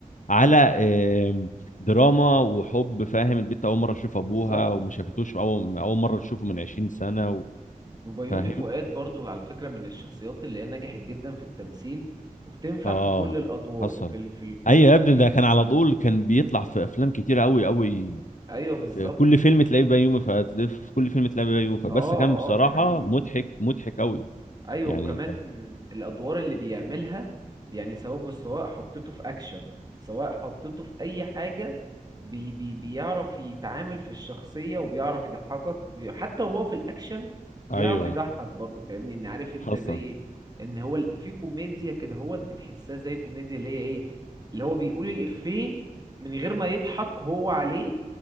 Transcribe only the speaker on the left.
على آم، دراما وحب فاهم البنت أول مرة تشوف أبوها
وما شافتوش أول أول مرة تشوفه من 20 سنة و...
فاهم
آه
حصل
أيوة يا ابني ده كان على طول كان بيطلع في أفلام كتير أوي أوي
في كل فيلم تلاقيه بيومي فؤاد لف في كل فيلم تلاقيه بيومي فؤاد
بس كان بصراحة
مضحك مضحك قوي
يعني
كان
ايوه
حصل